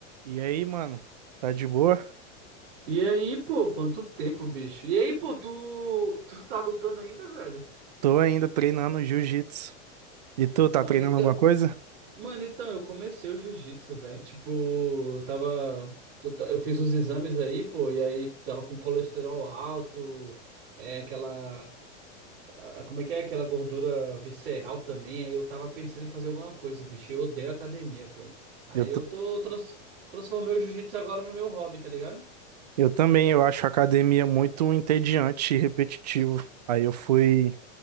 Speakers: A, on the right (about 35°); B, on the right (about 50°).
A: E aí, mano? Tá de boa?
B: E aí, pô, quanto tempo, bicho? E aí, pô, tu, tu tá lutando ainda, velho?
A: Tô ainda treinando jiu-jitsu. E tu, tá
B: Mano,
A: treinando
B: então,
A: alguma coisa?
B: mano, então eu comecei o jiu-jitsu, velho. Tipo, eu tava, eu, ta- eu fiz os exames aí, pô, e aí tava com colesterol alto, é aquela, ah, como é que é? Aquela gordura visceral também. Aí eu tava pensando em fazer alguma coisa, bicho. Eu odeio academia, pô. Aí
A: Eu, t-
B: eu tô trans, transformei o jiu-jitsu agora no meu hobby, tá ligado?
A: eu também, eu acho a academia muito entediante e repetitivo. Aí eu fui,